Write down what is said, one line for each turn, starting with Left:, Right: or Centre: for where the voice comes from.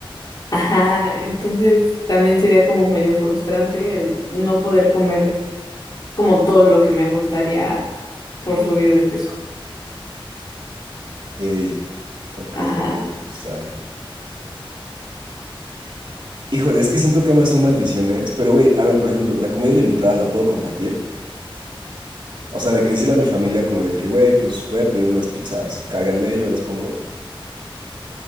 Left: Ajá, entonces también sería como medio frustrante el no poder comer como todo lo que me gustaría por subir de peso.
Right: Ey, ok,
Left: Ajá.
Right: ok, me gusta. Híjole, es que siento que ambas son maldiciones, pero güey, a ver, por ejemplo, la comida ilimitada la puedo compartir. O sea, de que decirle a mi familia como de que, güey, pues voy a pedir unas pizzas, cáiganle, yo las pongo.